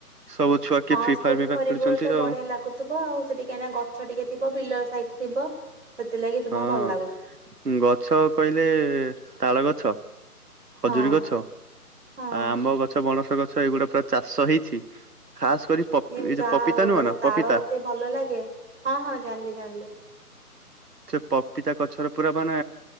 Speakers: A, on the right; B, on the right.
A: ସବୁ ଛୁଆ କିଏ
B: ହଁ
A: ଫ୍ରି ଫାୟାର
B: ପୋଖରୀ
A: ଫ୍ରି ଫାୟାର ଖେଳୁଛନ୍ତି
B: କୂଳ ତ ବଢିଆ
A: ଆଉ
B: ଲାଗୁଥିବ ଆଉ। ସେଠି କାହିଁକି ନା ଗଛ ଟିକେ ଥିବ ବିଲ ଲାଇଟ ଥିବ ସେଥିଲାଗି ତୁମକୁ
A: ହଁ
B: ଭଲ ଲାଗୁ
A: ଗଛ କହିଲେ ତାଳ ଗ ଛ ଖଜୁରୀ
B: ହଁ
A: ଗଛ,
B: ହଁ।
A: ଆମ୍ବ ଗଛ, ପଣସ ଗ ଏଇ ଗୁଡା ପୁରା ଚାଷ ହେଇଛି। ଖାସ୍ କରି ପପି
B: ଇଏ
A: ଏଇ
B: ଚା
A: ଯୋଉ ପପିତା
B: ଆଉ
A: ନୁହଁ
B: ମତେ
A: ନା ପପିତା
B: ତାଳ ଏତେ ଭଲ ଲାଗେ। ହଁ ହଁ ଜାଣିଲି ଜାଣିଲି।
A: ସେ ପପିତା ଗଛର ପୁରା ମାନେ